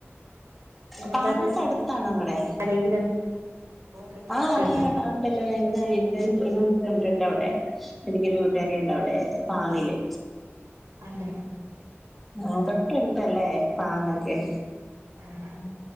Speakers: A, on the right; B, in the centre.
A: നിങ്ങളുടെ
B: പാങ്ങ് ക്ക അടുത്താണ ഇങ്ങടെ
A: ആരെങ്കിലും ഇവിടെ തൊട്ടടുത്താ
B: ആഹ് അറിയ ഉണ്ടല്ലോ എ ഒരു ഫ്രണ്ട്ണ്ട് അവിടെ എനിക്കൊരു കൂട്ടുകാരി ഉണ്ട അവിടെ പാങ്ങില്
A: അതെ
B: ആ തൊട്ടടുത്തല്ലേ പാങ്ങൊക്കെ
A: ആഹ ആഹ